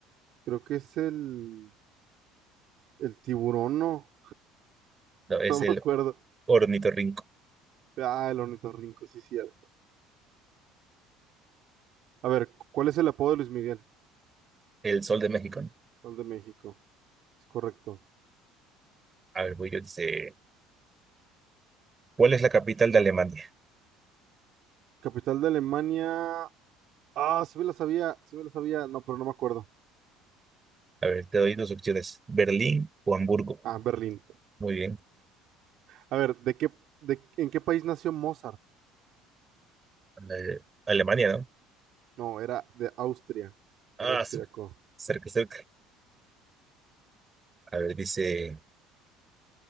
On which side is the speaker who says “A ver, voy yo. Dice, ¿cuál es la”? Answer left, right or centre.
Right